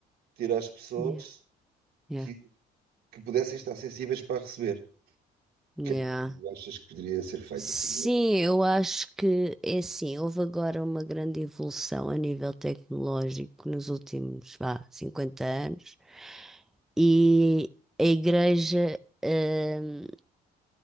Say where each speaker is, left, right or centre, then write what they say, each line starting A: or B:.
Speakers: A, on the right (about 70°); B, in the centre.
A: ter às pessoas
B: yeah, yeah,
A: que, que pudessem estar sensíveis para receber. O
B: yeah.
A: que é que tu achas que poderia ser feito
B: Sim,
A: assim?
B: eu acho que é assim, houve agora uma grande evolução a nível tecnológico nos últimos, vá, 50 anos. E a igreja, hum,